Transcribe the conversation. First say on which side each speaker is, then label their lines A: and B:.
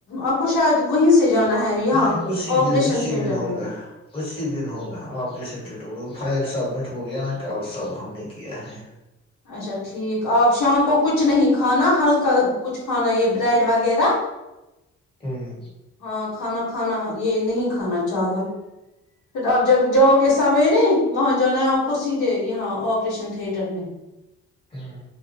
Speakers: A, on the left; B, on the left.
A: آپ کو شاید وہیں سے جانا ہے یہاں
B: نہیں اسی
A: آپریشن
B: دن اسی
A: تھیٹر
B: دن ہوگا
A: میں
B: اسی دن ہوگا آپ فائل سبمٹ ہو گیا نا کال سب ہم نے کیا ہے
A: اچا ٹھیک آپ شام کو کچ نہیں کھانا ہلکا کچھ کھانا یہ <unintelligible> بریڈ وغیرہ
B: ہاں
A: ہاں کھانا کھانا یہ نہیں کھانا چاول پھر آپ جب جاؤ گے سویرے وہاں جانا آ کو س دے یہاں آپریشن تھیٹر میں
B: ہاں